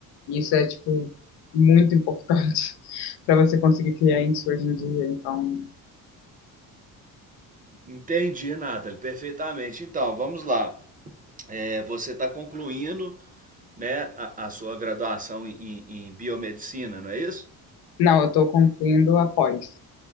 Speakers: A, on the left; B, on the right.
A: e isso é, tipo, muito importante <laughs> para você conseguir clientes hoje em dia. Então,
B: Entendi, Nathalie, perfeitamente. Então, vamos lá. É, você está concluindo, né, a, a sua graduação em, em- biomedicina, não é isso?
A: não, eu estou concluindo após.